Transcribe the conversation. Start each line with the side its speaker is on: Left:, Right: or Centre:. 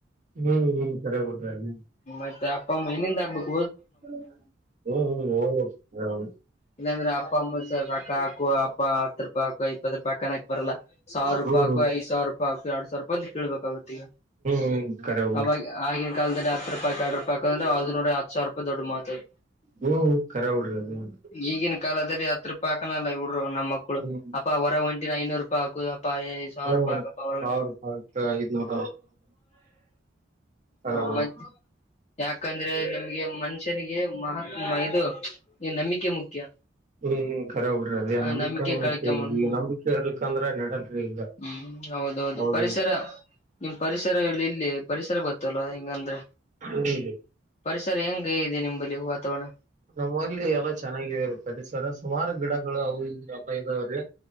Right: ಹ್ಮ್ ಹ್ಮ್ ಕರೆ ಬಿಡ್ರಿ ಅಲ್ಲಿ
Left: ಮತ್ತೆ ಅಪ್ಪ ಅಮ್ಮ ಇನ್ ಹೆಂಗ ಆಗ್ಬೇಕು
Right: <unintelligible>
Left: ಇಲ್ಲಾಂದ್ರೆ ಅಪ್ಪ ಅಮ್ಮ ರೋಕ್ಕ ಹಾಕು ಅಪ್ಪ ಹತ್ತ ರೂಪಾಯಿ ಹಾಕು ಇಪ್ಪತ್ತ ರೂಪಾಯಿ ಹಾಕ್ಕು ಅನಾಕ್ ಬರಲ್ಲಾ ಸಾವಿರ ರೂಪಾಯಿ
Right: ಹ್ಮ್
Left: ಹಾಕೋ ಐದ ಸಾವಿರ ರೂಪಾಯ ಹಾಕು ಎರಡ್ ಸಾವಿರ ರೂಪಾಯಿ ಕೇಳ್ಬೇಕಾಗತ್ ಈಗ
Right: ಹ್ಮ ಕರೆವ್
Left: ಅವಾಗ ಆಗಿನ ಕಾಲದಲ್ಲಿ ಹತ್ತ ರೂಪಾಯಿ ಯಾಡ್ ರೂಪಾಯಿಅಂದ್ರು ಅದು ನೋಡ್ರ ಹತ್ತ ಸಾವರ ರೂಪಾಯಿ ದೊಡ್ಡ ಮಾತದ.
Right: ಹ್ಮ್ ಕರೆ ಬಿಡ್ರಿ ಅದನ್.
Left: ಈಗಿನ ಕಾಲದಲ್ಲಿ ಹತ್ತು ರೂಪಾಯ ಹಾಕನಲ್ಲ ಇವಡ್ರು ನಮ್ಮ ಮಕ್ಕಳು
Right: ಹ್ಮ್
Left: ಅಪ್ಪ ಹೊರ ಒಂಟಿನ ಐನೂರು ರೂಪಾಯಿ ಹಾಕು. ಪಾ ಐದ್ ಸಾವಿರ
Right: ಹ್ಮ್
Left: ರೂಪಾಯಿ ಹಾಕಪ್ಪ ಹೊರಗ
Right: ಸಾವಿರ
Left: ಹೊಂಟಿನ
Right: ರೂಪಾಯಿ ಐದ್ನೂರ ಕರೆ ಬಿಡ್ರಿ
Left: ಮತ ಯಾಕಂದ್ರೆ ನಮ್ಗೆ ಮ ಮನಷ್ಯನಿಗೆ ಮಹಾತ್ ಇದು ನಂಬಿಕೆ ಮುಖ್ಯ.
Right: ಹ್ಮ್ ಕರೆ ಬಿಡ್ರಿ ಅದೇನ್
Left: ಆ
Right: ನಂಬಿಕೆನ್
Left: ನಂಬಿಕೆ ಕಳ್ಕೊಂಬಂಡ್
Right: ಮುಖ್ಯ ಈಗ ನಂಬಿಕೆ ಇರ್ಲಿಕ್ಕ ಅಂದ್ರ ನಡಲರಿ ಈಗ.
Left: ಹ್ಮ್ ಹೌದೌದು
Right: ಹೌದಲ್ರಿ
Left: ಪರಿಸರ. ನಿಮ್ ಪರಿಸರ ಇಲ್ಲ ಇಲ್ಲಿ ಪರಿಸರ ಗೊತ್ತಲ್ಲೊ ಹಿಂಗಂದ್ರ.
Right: <unintelligible>
Left: ಪರಿಸರ ಹೆಂಗ ಇದೆ ನಿಂಬಲ್ಲಿ ವಾತಾವರಣ.
Right: ನಮ್ಮ್ ಊರ್ಲ್ಲಿ ಎಲ್ಲ ಚೆನ್ನಾಗಿದೆ ಪರಿಸರ. ಸುಮಾರು ಗಿಡಗಳು ಅವು ಇವು ಇದಾವ್ರೆ.